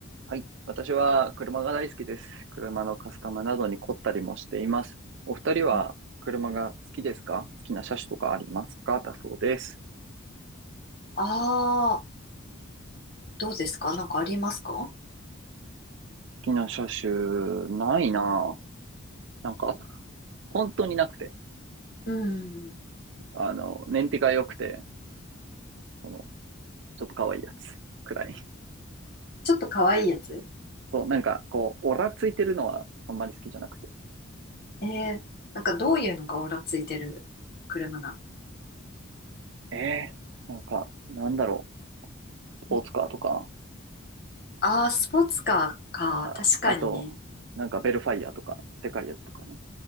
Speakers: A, on the right; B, on the left.
A: はい。私は車が大好きです。車のカスタムなどに凝ったりもしています。お二人は車が好きですか好きな車種とかありますかだそうです。
B: うん。ああ、どうですかなんかありますか
A: 好きな車種、ないなぁ。
B: うん。
A: なんか、本当になくて。
B: うん。
A: あの、燃費が良くて、その、ちょっと可愛いやつくらい。
B: ちょっと可愛いやつ
A: そう、なんか、こう、オラついてるのはあんまり好きじゃなくて。
B: えー、なんかどういうのがオラついてる車なん
A: えー、なんか、なんだろう、スポーツカーとか、
B: うんああー、スポーツカーか。
A: あ、
B: 確かにね。
A: あと、なんかベルファイアとか、でかいやつとかね。